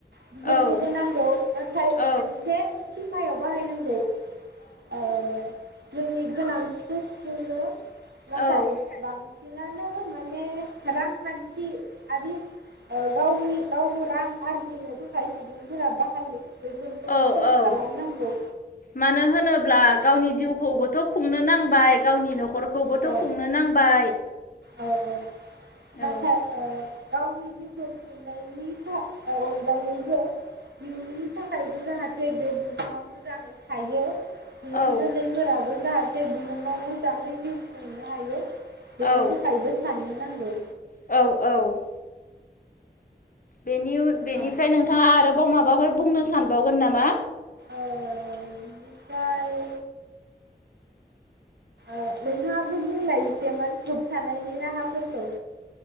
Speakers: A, on the right; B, on the left.
A: बिफोरखौबो
B: औ
A: नांगौ, नाथाय
B: औ
A: मोनसे सिमायाव बाहायनांगौ। औ। जोंनि गोनांथिखौ सुफुंनो नाथाय
B: औ
A: बांसिन नानो माने रांखान्थि आरि ओ गावनि ओ रां आरजिनो थाखाय सुबुंफोरा बाहायो। बेफोरखौ
B: औ
A: खम
B: औ
A: खालामनांगौ
B: मानो होनोब्ला गावनि जिउ खौबोथ' खुंनो नांबाय। गावनि न'खर खौबोथ
A: औ
B: खुंनो नांबाय।
A: औ औ
B: औ
A: नाथाय औ। गावनि जिउखौ खुंनायनि था ओ अनगायैबो इयुननि थाखायबो जाहाथे बे बुहुमा मोजाङै थायो इयुनजोलैफोराबो
B: औ
A: जाहाथे बुहुमाव मोजाङै जिउ खुंनो हायो बेनि
B: औ
A: था साननो नांगौ।
B: औ औ। बेनि उन बेनिफ्राय
A: औ
B: नोंथाङा आरोबाव मा बाफोर बुंनो सानबावगोन नामा?
A: ओ बिनिफ्राय ओ नोंथाङाबो बुंलाय इसेमान होबथानायनि राहाफोरखौ।